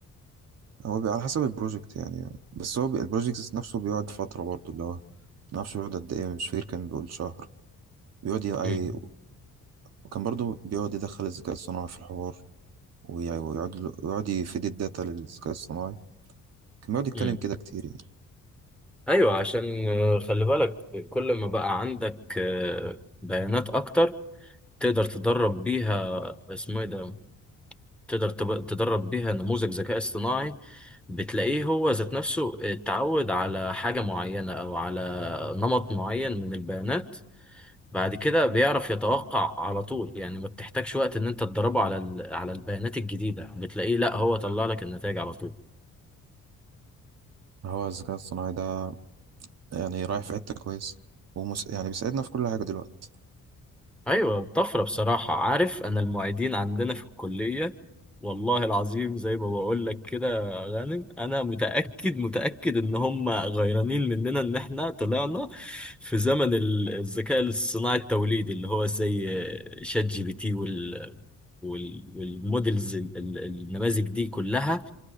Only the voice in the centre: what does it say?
امم
امم
ايوه عشان آه، خلي بالك كل ما بقى عندك آه، بيانات اكتر تقدر تدرب بيها اسمه ايه ده تقدر تب- تدرب بيها نموذج ذكاء اصطناعي بتلاقيه هو ذات نفسه اتعود على حاجة معينة أو على نمط معين من البيانات بعد كده بيعرف يتوقع على طول يعني ما بتحتاجش وقت إن أنت تدربه على ال- على البيانات الجديدة بتلاقيه لا هو طلع لك النتائج على طول
ايوه طفره بصراحه عارف انا المعيدين عندنا في الكليه والله العظيم زي ما بقول لك كده يا غانم انا متاكد متاكد ان هم غيرانين مننا ان احنا طلعنا في زمن ال- الذكاء الصناعي التوليدي اللي هو زي شات جي بي تي وال وال- والمودلز ال- ال- النماذج دي كلها